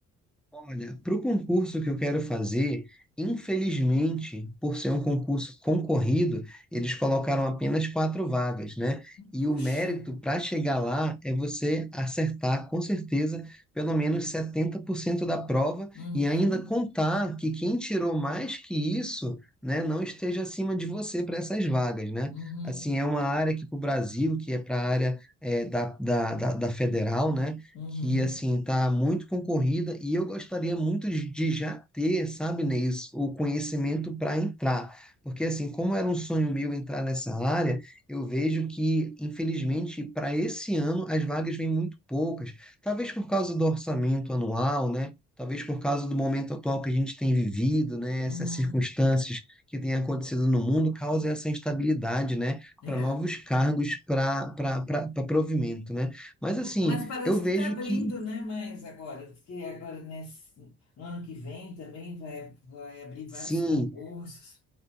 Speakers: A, in the centre; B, on the left (about 60°).
A: Olha, para o concurso que eu quero fazer, infelizmente, por ser um concurso concorrido, eles colocaram apenas quatro vagas, né? E
B: Puxa!
A: o mérito para chegar lá é você acertar, com certeza, pelo menos 70% da prova
B: Uhum,
A: e ainda contar que quem tirou mais que isso, né, não esteja acima de você para essas vagas, né?
B: uhum,
A: Assim, é uma área que para o Brasil, que é para a área eh, da, da, da, da federal, né?
B: uhum,
A: que assim tá muito concorrida e eu gostaria muito de, de já ter, sabe, Neis, o conhecimento para entrar. Porque assim, como era um sonho meu entrar nessa área, eu vejo que, infelizmente, para esse ano as vagas vêm muito poucas. Talvez por causa do orçamento anual, né? Talvez por causa do momento atual que a gente tem vivido, né?
B: uhum.
A: Essas circunstâncias que têm acontecido no mundo causa essa instabilidade, né?
B: É.
A: Para novos cargos, para para provimento, né? Mas assim,
B: Mas parece
A: eu
B: que
A: vejo
B: está abrindo,
A: que
B: né? Mais agora, diz que agora nesse, no ano que vem também vai, vai abrir vários
A: sim,
B: concursos.